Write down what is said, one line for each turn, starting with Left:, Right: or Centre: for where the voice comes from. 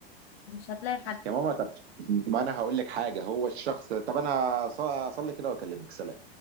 Left: مش هتلاقي حد
Right: يا ماما طب ما انا هقول لك حاجه هو الشخص طب انا أص- اصلي كده واكلمك سلام